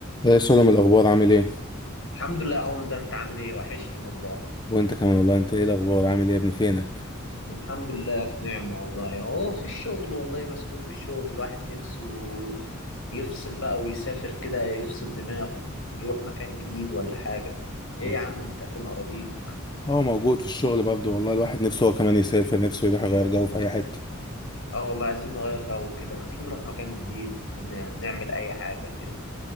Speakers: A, on the left; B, on the left.
A: ايه سلم الاخبار عامل ايه
B: الحمد لله يا عمدة انت عامل ايه وحشني والله
A: وانت كمان والله انت ايه الاخبار عامل ايه يا ابني فينك
B: الحمد لله في نعمة والله اهو في الشغل والله مسؤول في الشغل الواحد نفسه يفصل بقى ويسافر كده يفصل دماغه يروح مكان جديد ولا حاجة ايه
A: اه
B: يا عم انت فين اراضيك
A: آه، موجود في الشغل برضه والله الواحد نفسه هو كمان يسافر نفسه يروح يغير جو في اي حته
B: اه والله عايزين نغير جو كده ما تيجي نروح مكان جديد ن- نعمل اي حاجة كده